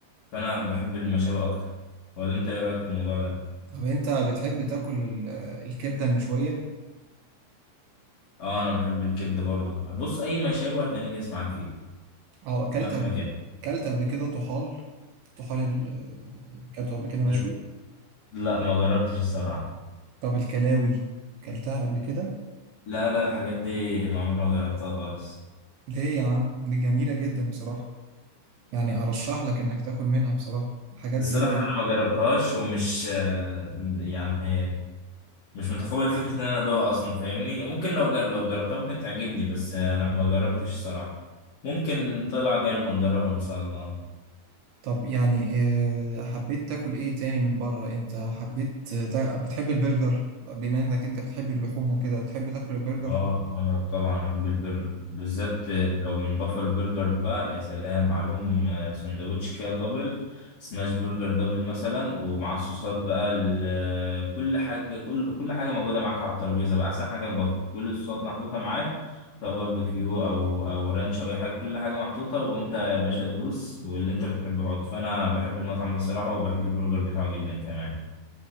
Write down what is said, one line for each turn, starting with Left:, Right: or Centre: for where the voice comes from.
Left: فأنا بحب المشاوي أكتر ولا أنت إيه رأيك في الموضوع ده؟
Right: طب انت بتحب تاكل ال- الكبده المشويه
Left: أه أنا بحب الكبدة برضه بص أي مشاوي هتلاقيني دايس معاك فيه
Right: اه اكلت
Left: مهما
Right: قبل
Left: كان
Right: اكلت قبل كده طحال طحال ال- اكلته قبل كده
Left: آه،
Right: مشوي
Left: لا ما جربتش الصراحة
Right: طب الكلاوي اكلتها قبل كده
Left: لا لا الحاجات دي ما عمري ما جربتها خالص
Right: ليه يا عم دي جميله جدا بصراحه يعني ارشح لك انك تاكل منها بصراحه الحاجات
Left: الصراحة
Right: دي
Left: أنا ما جربتهاش ومش آه، يعني مش متقبل فكرة ان انا ادوها اصلا فاهمني ممكن لو جر... لو جربتها ممكن تعجبني بس انا ما جربتش الصراحة ممكن طلع جانب نجربها ان شاء الله
Right: طب يعني اه، حبيت تاكل ايه تاني من بره انت حبيت تا- بتحب البرجر بما انك انت بتحب اللحوم وكده بتحب تاكل البرجر
Left: اه اه طبعا بحب البرجر بالذات لو من بافلو برجر بقى يا سلام عليهم آه، سندوتش كده دبل سماش برجر دبل مثلا ومعاه الصوصات بقى ال- آه، كل حاجه كل كل حاجه موجوده معاك على الترابيزه بقى احسن حاجه في بافلو كل الصوصات محطوطه معاك سواء باربيكيو او او رانش او اي حاجه كل حاجه محطوطه وانت يا باشا دوس واللي انت بتحبه حط فانا بحب المطعم ده الصراحه وبحب البرجر بتاعه جدا كمان